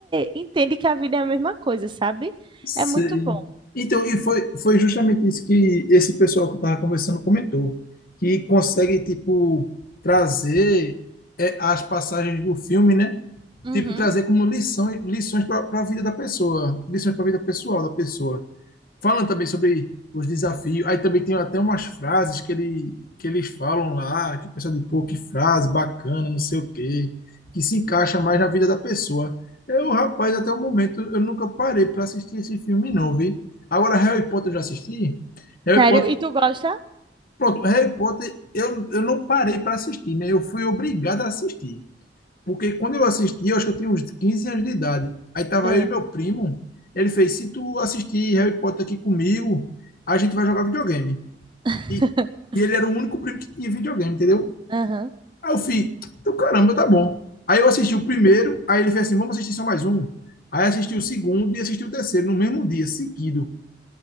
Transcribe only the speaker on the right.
entende que a vida é a mesma coisa, sabe?
É muito bom.
Uhum.
Sério?
E tu gosta?
É.
<laughs>
Aham.